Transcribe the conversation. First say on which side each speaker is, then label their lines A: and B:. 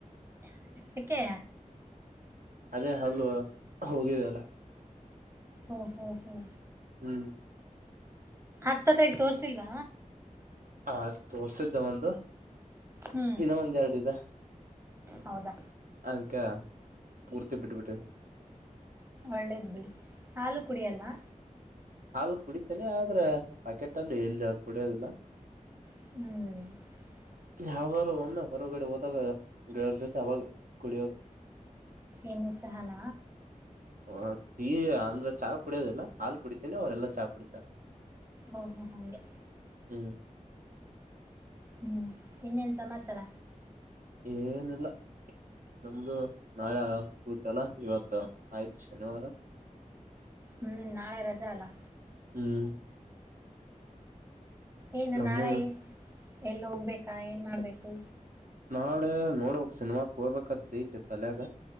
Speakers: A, on the right; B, on the right.
A: ಯಾಕೆ
B: ಅದೇ ಹಲ್ಲು ಹೋಗಿದೆ ಅಲ್ಲ
A: ಓಹೋ ಓಹೋ ಓಹೋ
B: ಹ್ಮ್
A: ಆಸ್ಪತ್ರೆಗೆ ತೋರಿಸಿಲ್ವ
B: ಹ ತೋರ್ಸಿದ್ದೆ ಒಂದು
A: ಹ್ಮ್
B: ಇನ್ನ ಒಂದು ಎರಡು ಇದೆ
A: ಹೌದಾ
B: ಅದಕ್ಕೆ ಪೂರ್ತಿ ಬಿಟ್ಟ ಬಿಟ್ಟುವಿ
A: ಒಳ್ಳೇದು ಬಿಡಿ ಹಾಲು ಕುಡಿಯಾಲ್ವಾ
B: ಹಾಲ್ ಕುಡಿತೇನೆ ಆದ್ರೆ ಪಾಕೆಟ್ ಅಲ್ಲಿ ಎಲ್ಲಿ ಕುಡಿಯೋದಿಲ್ಲ
A: ಹ್ಮ್
B: ಯಾವಾರ ಒಮ್ಮೆ ಹೊರಗಡೆ ಹೋದಾಗ ಗೆಳರ್ ಜೊತೆ ಅವಾಗ ಕುಡಿಯೋದು
A: ಏನು ಚಾಹನ
B: ಹ ಅಂದ್ರೆ ಚಾ ಕುಡಿಯೋದಿಲ್ಲ ಹಾಲು ಕುಡಿತಿನಿ ಅವರೆಲ್ಲಾ ಚಾ ಕುಡಿತಾರೆ
A: ಓ ಓ ಹಂಗೆ
B: ಹ್ಮ್
A: ಹ್ಮ್ ಇನ್ನೇನ್ ಸಮಾಚಾರ
B: ಏನೀಲ್ಲ ನಮ್ದು ನಾಳೆ ಊಟಲ್ಲ ಇವತ್ತು ಆಯ್ತು ಶನಿವಾರ <inaudible>
A: ಹ್ಮ್ ನಾಳೆ ರಜೆ ಅಲ್ಲಾ
B: ಹ್ಮ್
A: ಏನ್
B: ನಮ್ಮ
A: ನಾಳೆ ಎಲ್ಲಿ ಹೋಗ್ಬೇಕಾ ಏನ್ ಮಾಡ್ಬೇಕು
B: ನಾಳೆ ನೋಡಕ್ ಸಿನಿಮಾಗೆ ಹೋಗ್ಬೇಕು ಅಂತ ಐಯ್ತೆ ತಲೆಯಾಗ